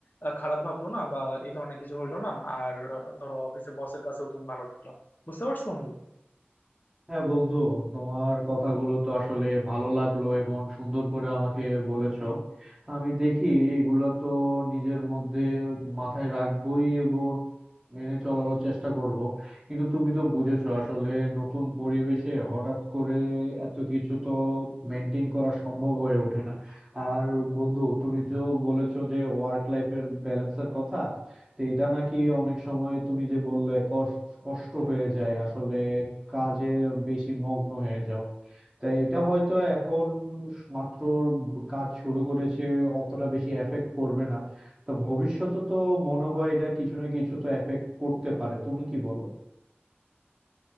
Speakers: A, on the left; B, on the right.
A: আহ, খারাপ ভাবলো না বা এই ধরনের কিছু হইলো না আর আহ, ধরো অফিসে বসের কাছেও তুমি ভালো থাকলা বুঝতে পারছো বন্ধু
B: হ্যাঁ বন্ধু তোমার কথাগুলো তো আসলে ভালো লাগলো এবং সুন্দর করে আমাকে বলেছো আমি দেখি এগুলা তো নিজের মধ্যে মাথায় রাখবোই এবং মেনে চলারও চেষ্টা করব কিন্তু তুমি তো বুঝেছো আসলে নতুন পরিবেশে হঠাৎ করে এত কিছু তো মেনটেন করা সম্ভব হয়ে ওঠে না আর বন্ধু তুমি যে বলেছো যে ওয়ার্ক লাইফের ব্যালেন্সের কথা তো এটা নাকি অনেক সময় তুমি যে বললে কষ্ট কষ্ট হয়ে যায় আসলে কাজে বেশি মগ্ন হয়ে যাও তাই এটা হয়তো এখন মাত্র কাজ শুরু করেছে অতটা বেশি এফেক্ট করবে না তো ভবিষ্যতে তো মনে হয় এটা কিছু না কিছু তো এফেক্ট করতে পারে তুমি কি বলো